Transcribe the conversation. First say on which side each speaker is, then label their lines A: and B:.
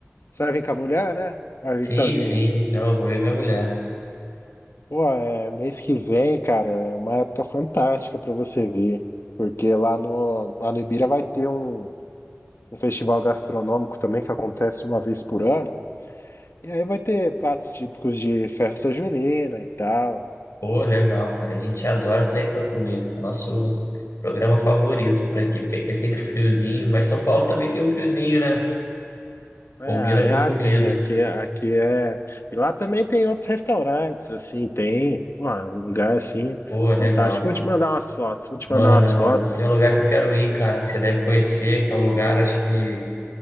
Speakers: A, on the left; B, on the left.
A: você vai vir com a mulher, né? Vai vir
B: Sim,
A: sozinha.
B: sim. Não, eu vou e minha mulher.
A: Pô, é... mês que vem, cara, é uma época fantástica pra você vir, porque lá no, lá no Ibira vai ter um... um festival gastronômico também que acontece uma vez por ano. E aí vai ter pratos típicos de festa junina e tal.
B: Pô, legal, cara. A gente adora sair pra comer. É o nosso programa favorito por aqui, porque aqui é sempre friozinho, mas São Paulo também tem um friozinho, né?
A: É,
B: Combina
A: é,
B: com
A: ah,
B: comida.
A: tem, aqui, é- aqui é. E lá também tem outros restaurantes, assim, tem, pô, um lugar assim,
B: Pô, legal.
A: fantástico. Vou te mandar umas fotos, vou te
B: Manda,
A: mandar umas
B: manda.
A: fotos.
B: Tem um lugar que eu quero ir, cara, que você deve conhecer, que é um lugar, acho que